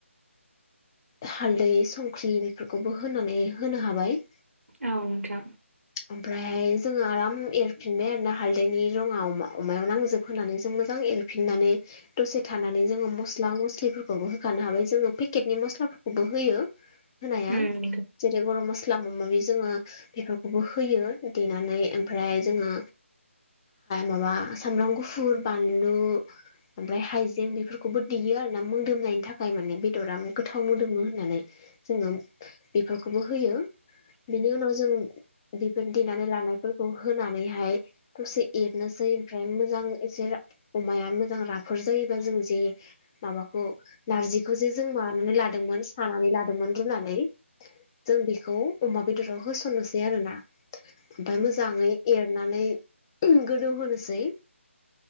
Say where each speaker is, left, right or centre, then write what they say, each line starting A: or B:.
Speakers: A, on the left; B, on the right.
A: हालदै संख्रि बेफोरखौबो होनानै होनो हाबाय
B: औ नोंथां
A: ओमफ्रायहाय जोङो आराम एरफिनबाय आरो ना हालदैनि रङाा अमायाव नांजोब होनानै जों मोजां एरफिननानै दसे थानानै जोङो मस्ला मस्लिफोरखौबो होखानो हाबाय जोङो पेकेटनि मस्लाफोरखौबो होयो होनाया
B: उम
A: जेरै गरम मस्ला माबा माबि जोङो बेफोरखौबो होयो देनानै ओमफ्राय जोङो माबा सामब्राम गुफुर बानलु ओमफ्राय हाइजें बेफोरखौबो देयो आरो ना मोदोमनायनि थाखाय माने बेदरा गोथाव मोदोमो होननानै जोङो बेफोरखौबो होयो बिनि उनाव जों बेफोर देनानै लानायफोरखौ होनानैहाय दसे एरनोसै ओमफ्राय मोजां एसे अमाया मोजां राफो जायो बा जों जे माबाखौ नारजिखौसो जों मानानै लादोंमोन सानानै लादोंमोन रुनानै जों बेखौ अमा बेदराव होसननोसै आरोना ओमफ्राय मोजाङै एरनानै गोदौ होनोसै